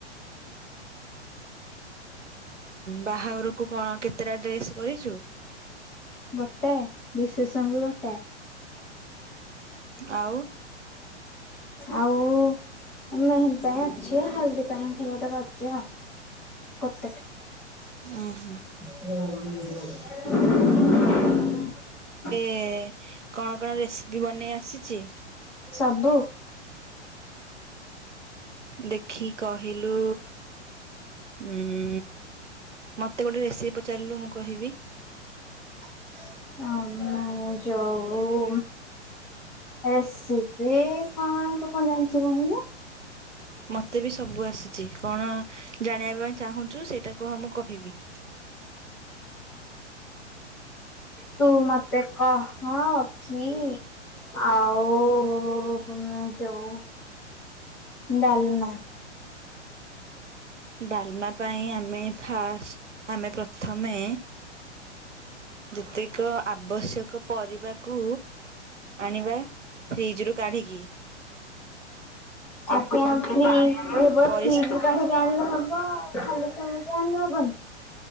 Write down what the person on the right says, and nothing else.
ବାହାଘରକୁ କଣ କେତେଟା ଡ୍ରେସ୍ କରିଛୁ?
ଆଉ
ଉହୁଁ
ଏ କଣ କଣ ରେସିପି ବନେଇ ଆସିଛି।
ଦେଖି କହିଲୁ? ଉୁଁ ମତେ ଗୋଟେ ରେସିପି ପଚାରିଲୁ ମୁଁ କହିବି।
ମତେ ବି ସବୁ ଆସିଛି କଣ ଜାଣିବା ପାଇଁ ଚାହୁଁଛୁ ସେଇଟା କହ ମୁଁ କହିବି।
ଡାଲମା ପାଇଁ ଆମେ ଫାଷ୍ ଆମେ ପ୍ରଥମେ ଯେତିକ ଆବଶ୍ୟକ ପରିବାକୁ ଆଣିବା ଫ୍ରିଜ୍ ରୁ କାଢି଼କି।
ପରିସ୍